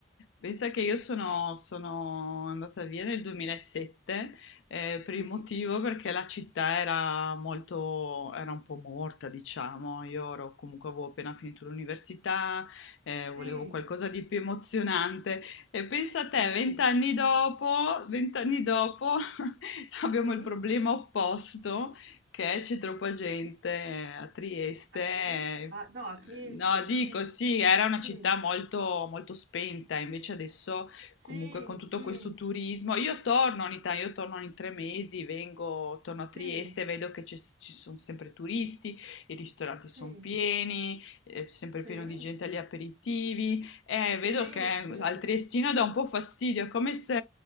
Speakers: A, on the left (about 75°); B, on the right (about 70°).
A: Pensa che io sono,
B: Eh,
A: sono andata via nel 2007 eh,
B: sì,
A: per il motivo perché la città era molto, era un po' morta, diciamo. Io ero, comunque avevo appena finito l'università, eh, volevo
B: sì,
A: qualcosa di più emozionante. E pensa
B: sì,
A: a te, vent'anni dopo, vent'anni dopo <laughs> abbiamo
B: sì,
A: il problema opposto. Che c'è troppa gente a Trieste,
B: a
A: eh,
B: Zurigo, ah, no, a Trieste,
A: No, dico
B: sì,
A: sì, era una
B: sì,
A: città molto, molto spenta, invece adesso
B: sì,
A: comunque con tutto
B: sì.
A: questo turismo, io torno ogni tanto, io torno ogni tre mesi, vengo, torno
B: Sì,
A: a Trieste, vedo che c'è- ci sono sempre turisti, i ristoranti
B: sì,
A: sono pieni, è sempre
B: sì,
A: pieno di gente agli aperitivi, e
B: sì,
A: vedo che al
B: sì.
A: triestino dà un po' fastidio, è come se